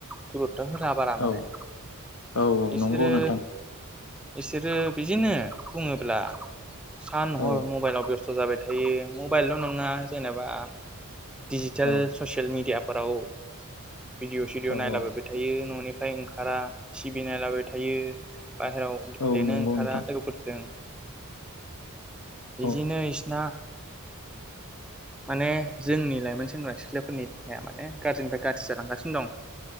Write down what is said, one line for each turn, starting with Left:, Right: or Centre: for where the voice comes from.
Centre: गुरु थ' होला बारा माने
Left: औ
Centre: ।
Left: औ
Centre: इसोरो
Left: नंगौ नोंथां
Centre: इसोरो बिजोंनो बुङोब्ला सान हर
Left: औ
Centre: मबाइलाव बेस थ' जाबाय थायो मबाइलल' नङा जेनेबा दिडिजिटेल
Left: औ औ
Centre: ससियेल मिडिया फोराव भिदिअ' सिडिअ'
Left: औ
Centre: नायलाबायबाय थायो न'नि फ्राय ओंखारा टिभि नायलाबाय थायो। बाहेरायाव गेलेनो
Left: औ नंगौ
Centre: ओंखारा
Left: नोंथां
Centre: लोगोफोरजों। इदिनो
Left: औ
Centre: <unintelligible> दा माने जोंनि लाइमोन सेंग्रा सिख्लाफोरनि देहाया माने गाज्रिनिफ्राय गाज्रि जालांगासिनो दं।